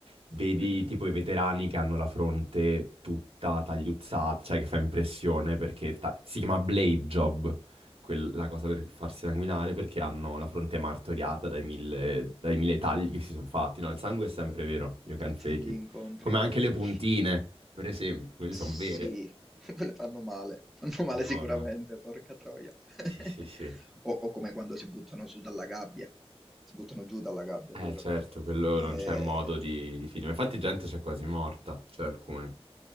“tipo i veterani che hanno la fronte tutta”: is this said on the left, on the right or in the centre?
Right